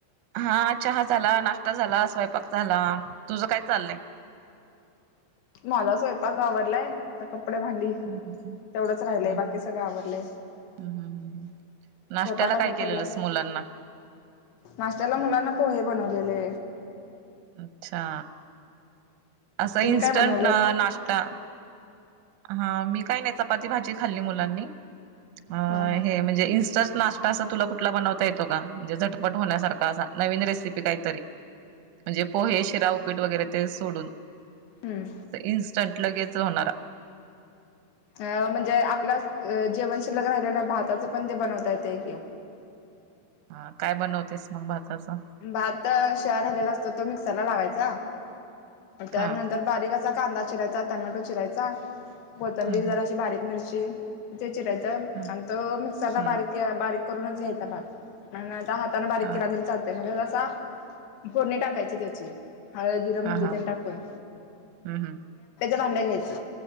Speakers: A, on the right; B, on the left.
A: हा चहा झाला नाश्ता झाला स्वयंपाक झाला तुझ काय चाललंय
B: माझा स्वयंपाक आवरलाय कपडे भांडी
A: हम्म
B: तेवढच राहिलय
A: हम्म
B: बाकी सगळ आवडलय स्वयंपाकाचा
A: हम्म नाश्त्याला काय केलेलंस
B: पहिला
A: मुलांना
B: नाशत्याला मुलांना पोहे बनवलेले
A: अच्छा असं इन्स्टंट
B: तुम्ही काय बनवलं
A: नाश्ता हा मी काय नाही चपाती भाजी खाल्ली मुलांनी. अ
B: हा हा
A: हे म्हणजे इंस्ट नाश्टा तसा तुला कुठला बनवता येतो का म्हणजे झटपट होण्यासारखा असा नवीन रेसिपी काहीतरी म्हणजे पोहे, शिरा उपीट वगैरे ते सोडून
B: हम्म
A: अस इन्स्टंट लगेच होणारा
B: अ म्हणजे आपल्या जेवनशिल्लक राहिल्यान भारताचं पण ते बनवता येते कि
A: हा काय बनवतेस. मग भाताचं
B: भात शिळि राहिलेला असतो तो मिक्सरला लावायचा. जा त्यानंतर
A: हा
B: बारीक अस कांदा चिरायचा, टमॅटो चिरायचा कोथंबीर
A: हम्म हम्म
B: अशी बारीक मिरची त्याच आणि
A: हम्म
B: तो मिक्सरला
A: हम्म
B: बारीक बारीक करूनच घ्यायचा भात कारण हात बारीक
A: हा
B: केला तर चालतय. फोडणी टाकायचे त्याची हळद, जीरा,. मोहरी
A: हा हा
B: टाकून
A: हम्म हम्म
B: भांड घ्यायच